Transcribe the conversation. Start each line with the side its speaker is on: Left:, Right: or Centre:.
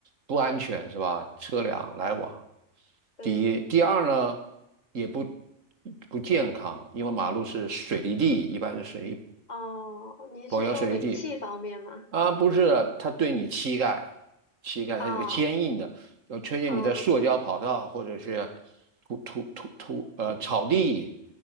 Right: 不安全是吧？车辆来往。
Left: <laughs> 对。
Right: 第一，第二呢，也不不健康，因为马路是水泥地，一般是水泥
Left: 哦，您是说尾气方面吗？
Right: 柏油水泥地啊，不是它对你膝盖，膝盖它是个坚硬的，
Left: 啊
Right: 要推荐你在塑胶跑道或者是
Left: 啊
Right: 土土土土呃草地，